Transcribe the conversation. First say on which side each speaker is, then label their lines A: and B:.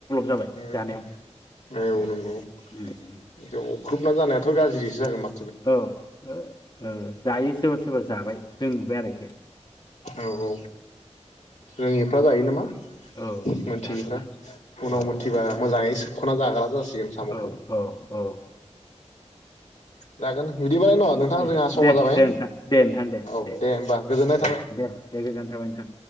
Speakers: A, on the left; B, on the left.
A: जाबाय
B: उम
A: जानायाव
B: उम आयौ
A: उम,
B: नंगौ
A: उम, उम।
B: बिदियाव ख्रुबनानै जानायाथ' गाज्रिसो जागोन मा
A: औ जायो ओ सोरबा सोरबा जाबाय जों नुबाय आरोखि
B: औ औ रोङिफ्रा जायो नामा
A: औ
B: मोनथियैफ्रा
A: जागोनदां
B: उनाव
A: औ
B: मोनथिबा मोजाङै सो ख'ना जाग्रा जासै गोन साम'खौ
A: औ औ औ
B: जागोन बिदिबालाय न' नोंथां
A: दे
B: जोंहा समा
A: दे
B: जाबाय
A: दे नोंथां दे नोंथां दे
B: औ
A: दे
B: होमबा गोजोननाय
A: दे
B: थाबाय
A: दे दे गोजोनथों थाबाय नोंथां